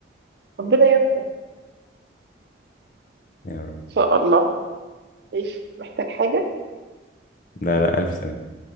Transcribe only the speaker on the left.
يا رب
لا لا ألف سلامة